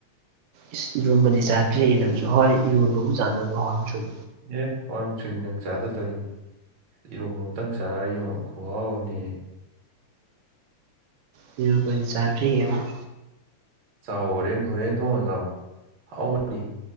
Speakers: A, on the right; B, on the right.
A: ꯏꯁ ꯏꯔꯣꯟꯕꯗꯤ ꯆꯥꯗ꯭ꯔꯦꯅꯪꯁꯨ ꯍꯣꯏ ꯏꯔꯣꯟꯕꯕꯨ ꯆꯥꯅꯕ ꯍ ꯑꯃꯨ ꯁꯣꯏ
B: ꯑꯦ ꯍꯣꯏꯏꯃꯨꯛ ꯁꯨꯅꯤ ꯅꯪ ꯆꯥꯗ ꯇꯧꯔꯤꯅꯤ ꯏꯔꯣꯝꯕ ꯑꯃꯝꯇꯪ ꯆꯥꯔ ꯌꯦꯡꯉꯣ ꯈꯍꯥꯎ ꯑꯃꯅꯦꯌꯦ
A: ꯇꯨꯕ ꯆꯥꯇ꯭ꯔꯤ ꯑꯃ ꯑꯃ
B: ꯆꯥꯎ ꯍꯣꯔꯦꯟ ꯍꯣꯔꯦꯟ ꯊꯣꯡꯉ ꯆꯥꯎ ꯍꯥꯎꯕꯅꯤ